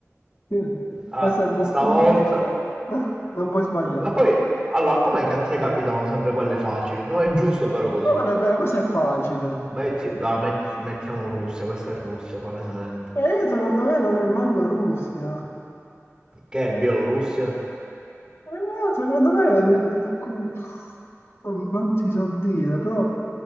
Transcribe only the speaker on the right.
Ah,
stavolta...
Ma poi, allora, com'è che a te capitano sempre quelle facili? Non è giusto però così.
Metti... va, metti- Mettiamo Russia, questa è Russia, palesemente.
Che è Bielorussia?